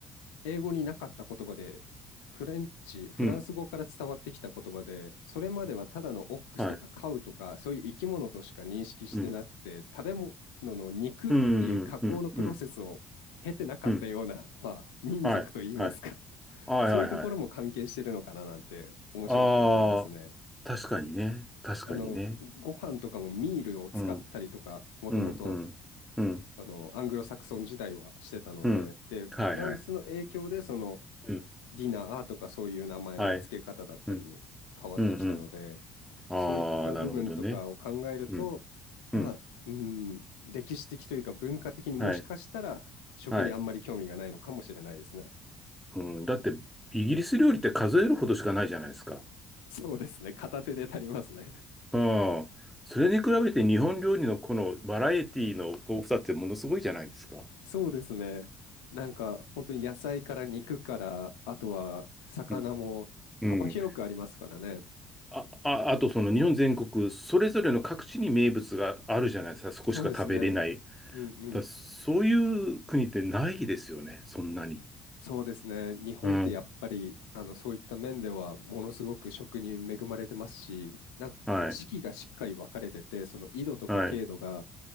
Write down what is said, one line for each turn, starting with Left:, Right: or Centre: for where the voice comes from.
Left: 英語になかった言葉で、フレンチ、フランス語から伝わってきた言葉で、
Centre: うん。
Left: それまではただのオックスとかカウとか、
Centre: はい。
Left: そういう生き物としか認識してなくて、
Centre: うん。
Left: 食べ物の肉っていう加工のプロセスを経てなかったような、
Centre: うん。うん。うん。うん。うん。
Left: まあ、民族といいますか。
Centre: はい。はい。はい。
Left: そういうところも関係してるのかななんて面白く思いますね。
Centre: はい。はい。ああ、確かにね。確かにね。
Left: あの、ご飯とかもミールを使ったりとか、
Centre: うん。
Left: もともと、
Centre: うん。うん。うん。
Left: あの、アングロサクソン時代はしてたので、
Centre: うん。
Left: で、
Centre: はい。
Left: フランスの影響で、
Centre: はい。
Left: その、
Centre: うん。
Left: ディナーとかそういう名前の付け方だったりに変わってきたので、
Centre: はい。うん。うん。うん。
Left: そういった部分とかを考えると、
Centre: ああ、なるほどね。うん。
Left: まあ、
Centre: うん。
Left: うん、歴史的というか文化的にもしかしたら食にあんまり興味がないのかもしれないですね。
Centre: はい。はい。うん。だって、イギリス料理って数えるほどしかないじゃないですか。
Left: そうですね。片手で足りますね。
Centre: ああ、それに比べて日本料理のこのバラエティの豊富さってものすごいじゃないですか。
Left: そうですね。なんか本当に野菜から肉から、あとは魚も幅広くありますからね。
Centre: うんうん。あ、あ、あとその日本全国、それぞれの各地に名物があるじゃないですか。そこしか食べれない。
Left: そうですね。うんうん。
Centre: だそういう国ってないですよね。そんなに。
Left: そうですね。日本ってやっぱりあのそういった面ではものすごく食に恵まれてますし、
Centre: うん。
Left: なんか四季がしっかり分かれてて、
Centre: はい。
Left: その緯度とか経度が
Centre: はい。